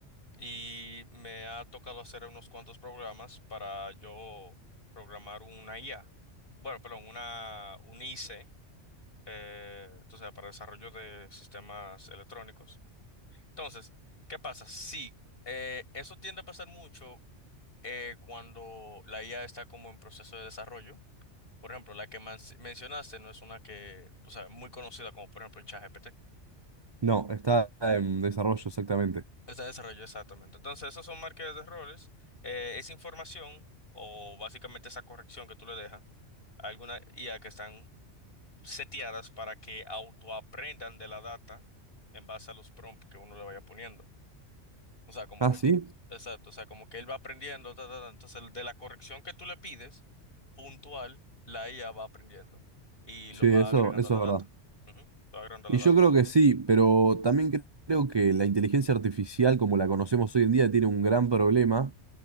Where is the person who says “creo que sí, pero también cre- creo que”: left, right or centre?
Right